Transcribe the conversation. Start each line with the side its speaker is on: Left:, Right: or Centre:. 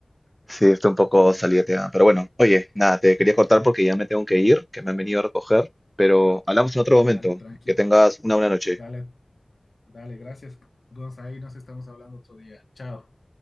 Centre: Sí, estoy un poco salida de tema. Pero bueno, oye, nada, te quería cortar porque ya me tengo que ir, que me han venido a recoger. Pero hablamos en otro momento.
Left: Dale, tranqui,
Centre: Que tengas una buena noche.
Left: dale, dale, gracias, Gonza, ahí nos estamos hablando otro día. Chao.